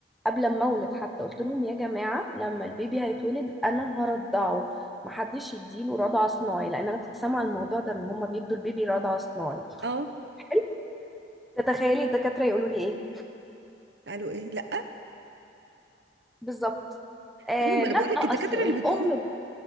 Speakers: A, in the centre; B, on the right.
A: قبل ما اولد حتى قلت لهم يا جماعة لما البيبي هيتولد انا هرضعه محدش يديله رضع صناعي لان انا كنت سامعة الموضوع ده ان هما بيدوا البيبي رضع صناعي
B: اه
A: حلو تتخيلي الدكاترة يقولوا لي ايه
B: قالوا ايه لا
A: بالظبط آه
B: ايوه ما
A: لا
B: انا بقول لك
A: اصل
B: الدكاتره
A: الام
B: اللي بتقول